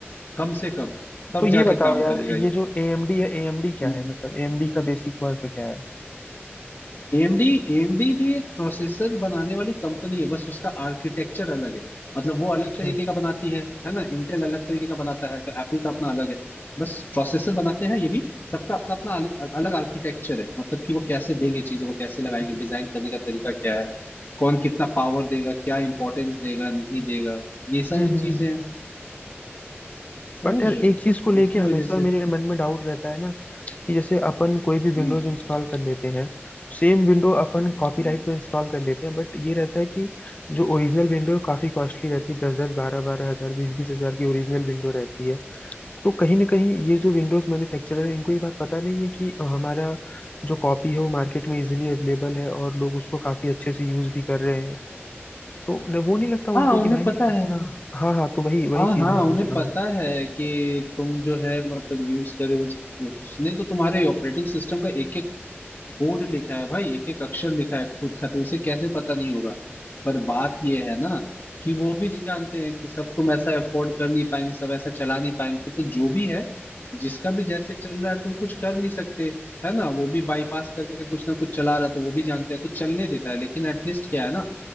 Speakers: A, on the left; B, on the left.
A: कम से कम तब
B: तो ये
A: जाके
B: बताओ
A: काम
B: यार
A: करेगा
B: ये जो एएमडी है एएमडी क्या
A: ये।
B: है मतलब एएमडी का बेसिक वर्क क्या है
A: एएमडी एएमडी भी एक प्रोसेसर बनाने वाली कंपनी है बस उसका आर्किटेक्चर अलग है मतलब वो अलग
B: अच्छा
A: तरीके का बनाती है है ना इंटेल अलग तरीके का बनाता है तो एप्पल का अपना अलग है बस प्रोसेसर बनाते हैं ये भी सबका अपना अपना अल- अल- अलग आर्किटेक्चर है मतलब कि वो कैसे देंगे चीजों को कैसे लगाएंगे डिजाइन करने का तरीका क्या है कौन कितना पावर देगा क्या इंपॉर्टेंस देगा नहीं देगा ये सारी
B: हम्म हम्म
A: चीजें
B: हम्म।
A: हैं समझ
B: बट यार
A: रहे
B: एक
A: हो
B: चीज को लेके
A: इसी
B: हमेशा
A: वजह से
B: मेरे मन में डाउट रहता है ना कि जैसे अपन कोई भी विंडोज
A: हम्म
B: इंस्टॉल कर लेते हैं सेम विंडो अपन कॉपीराइट
A: हम्म।
B: में इंस्टॉल कर लेते हैं बट ये रहता है कि जो ओरिजिनल विंडो है काफी कॉस्टली रहती है दस दस बारह बारह हजार बीस बीस हजार की ओरिजिनल विंडो रहती है तो कहीं ना कहीं ये जो विंडोज मैन्युफैक्चरर है इनको ये बात पता नहीं है कि हमारा जो कॉपी है वो मार्केट में इजीली अवेलेबल है और लोग उसको काफी अच्छे से यूज भी कर रहे हैं तो न, वो नहीं लगता उनको
A: हाँ उन्हें
B: कि भाई
A: पता
B: इतना
A: है
B: हाँ हाँ तो वही वही
A: हाँ
B: चीज
A: हाँ
B: मैं पूछ
A: उन्हें
B: रहा
A: पता
B: हूँ
A: है कि तुम जो है मतलब यूज करे उस, उसने तो तुम्हारे ऑपरेटिंग सिस्टम का एक एक कोड लिखा है भाई एक एक अक्षर लिखा है खुद का तो उसे कैसे पता नहीं होगा पर बात ये है ना कि वो भी जानते हैं कि सब तुम ऐसा अफोर्ड कर नहीं पाएंगे सब ऐसा चला नहीं पाएंगे तो जो भी है जिसका भी जैसे चल रहा है तुम कुछ कर नहीं सकते है ना वो भी बाईपास करके कुछ ना कुछ चला रहा है तो वो भी जानते हैं तो चलने देता है लेकिन एटलीस्ट क्या है ना